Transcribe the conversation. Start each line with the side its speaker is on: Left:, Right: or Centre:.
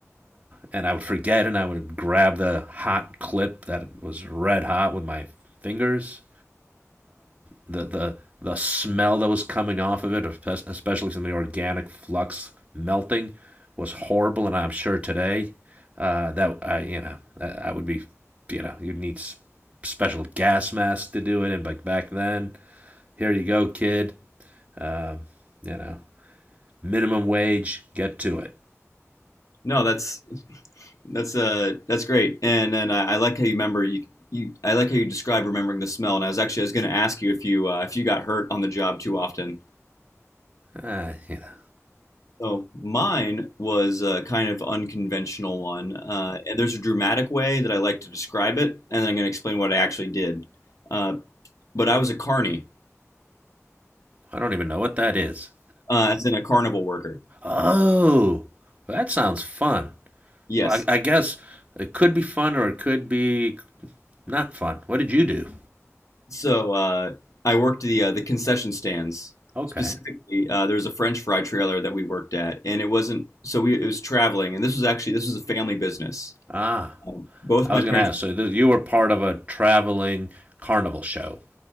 Right: and I would forget, and I would grab the hot clip that was red hot with my fingers. The the the smell that was coming off of it, especially from the organic flux melting, was horrible. And I'm sure today uh, that I you know I would be you know you'd need special gas masks to do it. And but back then, here you go, kid. Um, you know, minimum wage, get to it.
Left: no, that's that's uh that's great. And then I, I like how you remember you you I like how you describe remembering the smell. And I was actually I was going to ask you if you uh, if you got hurt on the job too often.
Right: Uh, you know,
Left: So mine was a kind of unconventional one, uh, and there's a dramatic way that I like to describe it, and then I'm going to explain what I actually did. Uh, but I was a carny,
Right: I don't even know what that is.
Left: uh, as in a carnival worker.
Right: Oh, well, that sounds fun.
Left: Yes.
Right: Well, I, I guess it could be fun or it could be not fun. What did you do?
Left: So uh, I worked the uh, the concession stands.
Right: Okay.
Left: Specifically, uh, there was a French fry trailer that we worked at, and it wasn't so we it was traveling, and this was actually this was a family business.
Right: Ah,
Left: Um, both
Right: I
Left: my
Right: was
Left: parents.
Right: going to ask. So th- you were part of a traveling carnival show.